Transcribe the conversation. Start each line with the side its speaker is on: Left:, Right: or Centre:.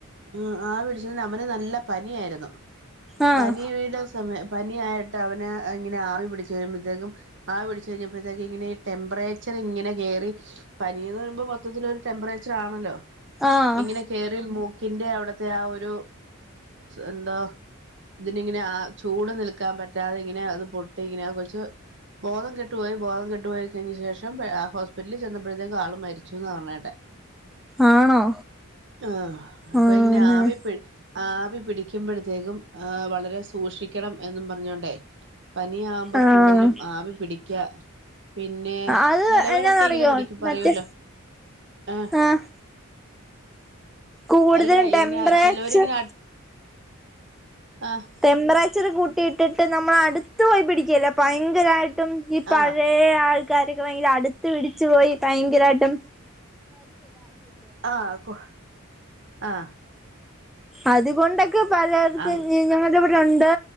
Right: ആ ആ പിടിച്ചന് അവന നല്ല പനിയായിരുന്നു
Centre: ആഹ്
Right: പനീ <unintelligible> സമയ പനിയായിട്ട് അവെ ഇങ്ങനെ ആവി പിടിച്ച് കഴിയുമമ്പോഴത്തേക്കും ആവിടിച്ചു കഴിഞ്ഞപ്പോഴത്തേക്ക് ഇങ്ങനെ ഈ ടെമ്പറേച്ചർ ഇങ്ങനെ കയറി പനിയെന്ന് പറയുമ്പോൾ മൊത്തത്തിലൊരു ടെംമ്പറേച്ചർ ആണല്ലോ
Centre: ആഹ്
Right: ഇങ്ങനെ കയറി മൂക്കിന്റെ അവിടത്തെ ആ ഒരു എന്താ ഇതി ഇങ്ങനെ ആ ചൂട് നിൽക്കാൻ പറ്റാത ഇങ്ങനെ അത് പൊട്ടി ഇങ്ങനെ കുറച്ച് ബോധം കെട്ടപോയി ബോധം കെട്ടപോയി കഴിഞ്ഞ ശേഷം ആ ഹോസ്പിറ്റലിൽ ചെന്നപ്പോഴേക്ക് ആൾ മരിച്ചന്ന് പറഞ്ഞിട്ടെ
Centre: ആണോ
Right: ആഹ അപ്പ
Centre: ആഹ്
Right: ഇങ്ങനെ ആവിപി ആവി പിടിക്കുമ്പോഴത്തേക്കും ആ വളരെ സൂക്ഷിക്കണം എന്നും പറഞ്ഞോണ്ടേ പനിയകുമ്പോ
Centre: ആഹ്
Right: കൂടുതലും ആവി പിടിക്ക പിന്നെ
Centre: അത്
Right: ചിലവരൊക്കെ
Centre: എന്നാന്നറിയോ
Right: ഇങ്ങനെ പിടിക്ക പറയലോ
Centre: മറ്റേ
Right: ആ
Centre: ആഹ് കൂടുതലും
Right: അല്ല ഇങ്ങനെ
Centre: ടെമ്പറേച്ചർ
Right: ചിലവർങ്ങനെ ആഹ
Centre: ടെമ്പറേച്ചർ കൂട്ടിയിട്ടിട്ട് നമ്മള അടുത്ത് പോയി പിടിക്കല്ലേ ഭയങ്കരമായിട്ടും ഈ പഴയ
Right: ആഹ്
Centre: <unintelligible> ആൾക്കാരക്കെ ഭയങ്കര അടുത്ത് പിടിച്ചു പോയി ഭയങ്കരമായിട്ട്
Right: ആഹ് ആഹ
Centre: അതുകൊണ്ടൊക്കെ പല <unintelligible>
Right: ആഹ്
Centre: ഞ <unintelligible> ണ്ട്